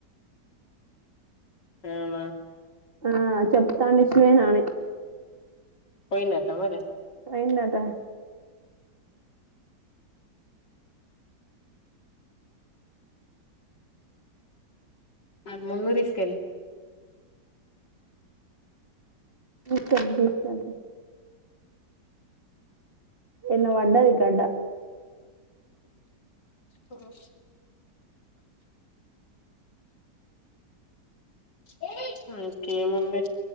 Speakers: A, on the left; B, on the right.
A: అవునా
B: ఆ చెప్తాను ఇచ్చు పోయిన అని
A: పోయిండు అంటన మరి
B: పోయిండు అంట
A: అది ముందు తీసుకెళ్లు
B: బం బుజతు ఎన్న వడాది గడ్డ
A: ఓ మ ఇంకా ఎమ్ ఉంది